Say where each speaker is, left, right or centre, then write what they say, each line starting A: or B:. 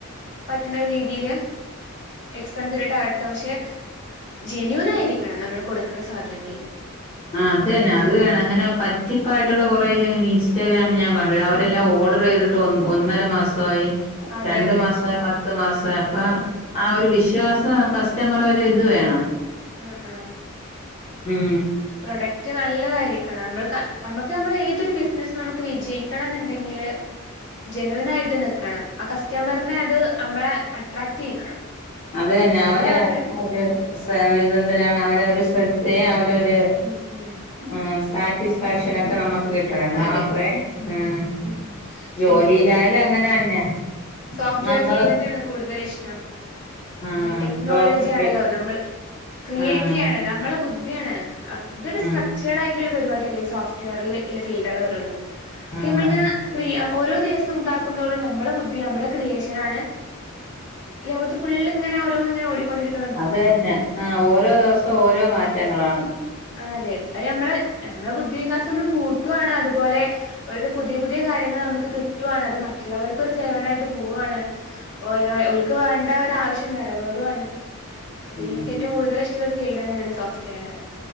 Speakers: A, on the left (about 55°); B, on the left (about 30°).
A: പറ്റ്ണ രീതിയില് എക്സ്പെൻസിട്ടിട്ട് അയക്കാ പക്ഷെ ജെനൂനായിരിക്കണം നമ്മള് കൊടുക്ക്ണ സാധനങ്ങളില്.
B: ആഹ് അത്
A: പ്രൊഡക്റ്റിന്
B: തന്നെ അത് വേണം ഇങ്ങനെ പറ്റിപ്പായിട്ട്ള്ള കൊറേ ഒക്കെ മീൻസ് ഇൻസ്റ്റാഗ്രാമി ഞാൻ കണ്ടു. അവരെല്ലാം
A: ആഹ്
B: ഓർഡർ ചെയ്തിട്ട് ഒന്ന് ഒന്നര മാസവായി
A: അതെ
B: രണ്ട്
A: അതെ
B: മാസ പത്ത് മാസം ആയപ്പോ
A: ഉം
B: ആ ഒരു വിശ്വാസം കസ്റ്റമറെ ഒര് ഇത് വേണം.
A: ആഹ് ആഹ്
B: ഉം
A: പ്രൊഡക്റ്റ് നല്ലതായിരിക്കണം നമ്മള് നമക്ക് നമ്മളെ ഏതൊരു ബിസിനസും നമുക്ക് വിജയിക്കണം എന്നുണ്ടെങ്കില്. ജെനുവിന് ആയിട്ട് നിക്കണം ആ കസ്റ്റമറിനെ അത് നമ്മളെ അട്രാക്ട് ചെയ്യിക്കണം.
B: അത് തന്നെ
A: എന്നാലേ
B: അവരെ
A: അവിടെ
B: <unintelligible> അവരെ ഒരു ശ്രദ്ധയ അവര് ഒര്
A: ഉം ഉം
B: ഉം സാറ്റിസ്ഫാക്ഷൻ ഒക്കെ നമക്ക് കിട്ടെണ ഇന്നാ
A: അതെ
B: അത്രേ ഉം
A: ഉം അപ്പൊ
B: ജോലീല്ലായാലും അങ്ങനെ തന്നെ.
A: സോഫ്റ്റ്
B: നമ്മള്
A: വെയർ ഫീൽഡ് തന്നേണ് കൂടുതല് ഇഷ്ടം.
B: ആഹ്
A: ഹൈ ടെക്നോളജി
B: ഡോക്ടർക്ക്
A: ആണല്ലോ നമ്മൾ ക്രിയേറ്റീ
B: ആഹ്
A: ആണ് നമ്മളെ ബുദ്ധിയാണ്. ഇത് ഒരു സ്ട്രക്ചർഡ്
B: ആഹ്
A: ആയിട്ടുള്ള പരിപാടിയെല്ലെ ഈ സോഫ്റ്റ് വെയറിൽ ഇല്ല ഫീൽഡാളോരോന്നും അതി
B: ആഹ്
A: നമ്മള് ഇങ്ങനെ ക്രി ഓരോ ദിവസം ഉണ്ടാക്കുതോടും നമ്മളെ ബുദ്ധി നമ്മളെ ക്രിയേഷൻ ആണ്. ലോകത്ത് ഫുള്ള് ഇങ്ങനെ ഓരോന്ന് ഇങ്ങനെ ഓടിക്കൊണ്ട് ഇരിക്കും.
B: അത് തന്നെ ആ ഓരോ ദെവസവും ഓരോ മാറ്റങ്ങളാണ്.
A: ആഹ് അതെ അത് നമ്മളെ നമ്മളെ ബുദ്ധി വികാസം നമ്മള് കൂട്ടു ആണ് അതുപോലെ. ഒര് പുതിയ പുതിയ കാര്യങ്ങള് നമുക്ക് കിട്ടോണ്. അത് മറ്റുള്ളവർക്കൊരു സേവനായിട്ട് പോവ്വാണ് ഓരോ ഓൽക്ക് വേണ്ട ഒര് ആവശ്യം നെറ വേറോണ്. അപ്പൊ
B: ഉം
A: എനിക്ക് ഏറ്റവും കൂടുതൽ ഇഷ്ടമുള്ള ഒരു ഫീൽഡെന്നേണ് സോഫ്റ്റ് വെയർ.